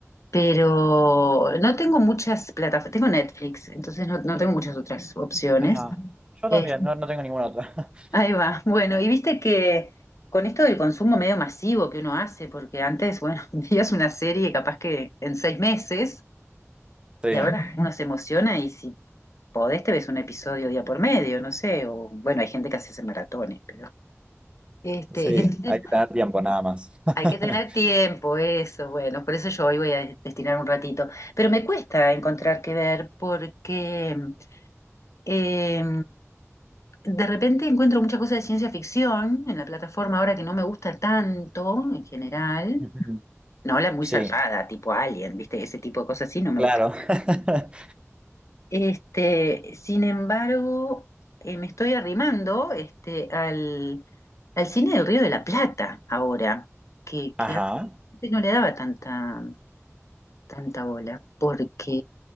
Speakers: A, on the left; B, on the right.
A: pero no tengo muchas plataformas, tengo Netflix, entonces no, no tengo muchas otras opciones.
B: Ajá. Yo
A: Este,
B: también, no, no tengo ninguna otra. <laughs>
A: ahí va, bueno, y viste que con esto del consumo medio masivo que uno hace, porque antes, bueno, <laughs> veías una serie capaz que en seis meses,
B: Sí,
A: y ahora uno se emociona y si podés te ves un episodio día por medio, no sé, o bueno, hay gente que hace ese maratones, pero... Este,
B: sí,
A: entonces
B: hay que tener tiempo nada más. <laughs>
A: hay que tener tiempo, eso, bueno, por eso yo hoy voy a destinar un ratito. Pero me cuesta encontrar qué ver porque eh, de repente encuentro muchas cosas de ciencia ficción en la plataforma ahora que no me gusta tanto en general.
B: Ujú.
A: No la muy
B: Sí,
A: zarpada, tipo Alien, ¿viste? Ese tipo de cosas así no me
B: claro.
A: gusta.
B: <laughs>
A: Este, sin embargo, eh, me estoy arrimando este, al, al cine del Río de la Plata ahora, que, que
B: Ajá.
A: antes no le daba tanta, tanta bola, porque